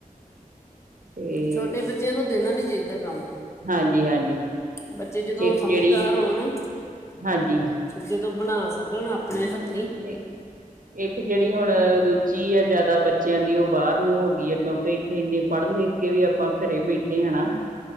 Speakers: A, on the right; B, on the left.
A: ਤੇ
B: ਛੋਟੇ ਬੱਚਿਆਂ ਨੂੰ ਦੇਣਾ ਨਹੀਂ ਚਾਹੀਦਾ ਕੰਮ-
A: ਹਾਂਜੀ ਹਾਂਜੀ
B: ਬੱਚੇ ਜਦੋਂ
A: ਇੱਕ
B: ਸਮਝਦਾਰ
A: ਜਿਹੜੀ
B: ਹੋਣ-
A: ਹਾਂਜੀ
B: ਜਦੋਂ ਬਣਾ ਸਕਣ ਆਪਣੇ ਹੱ-
A: ਇਕ ਤੇ ਜਿਹੜੀ ਹੁਣ ਦੂ- ਚੀ ਹੈ ਜ਼ਿਆਦਾ ਬੱਚਿਆਂ ਦੀ ਉਹ ਬਾਹਰ ਨੂੰ ਹੋ ਗਈ ਹੈ ਕਿਉਂਕਿ ਇੱਥੇ ਇੰਨੇ ਪੜ੍ਹ ਲਿਖ ਕੇ ਵੀ ਆਪਾਂ ਘਰੇ ਬੈਠੇ ਹ ਨਾ।